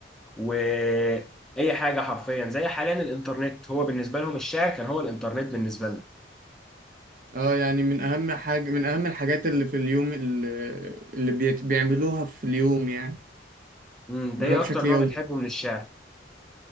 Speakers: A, in the centre; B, on the right.
A: وأي حاجة حرفيا زي حاليا الإنترنت هو بالنسبة لهم الشعر كان هو الإنترنت بالنسبة لنا
B: اه يعني من اهم حاجة من اهم الحاجات اللي في اليوم اللي, اللي بيت- بيعملوها في اليوم يعني
A: امم أنت
B: بيعملوها
A: إيه أكتر
B: بشكل
A: نوع
B: يومي
A: بتحبه من الشعر؟